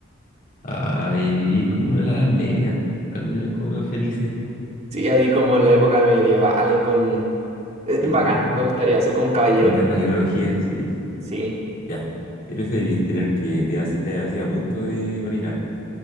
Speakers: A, on the left (about 45°); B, on the right (about 35°).
A: Ah, y vivir como una de la Edad Media. Dale, eran como más felices.
B: Sí, así como en la época medieval, ahí con... eh,
A: Sí,
B: bacán, me gustaría ser como un caballero.
A: sin tanta tecnología, sí.
B: Sí,
A: Ya. ¿Qué preferís? Tener que, mira, si te así a punto de orinar,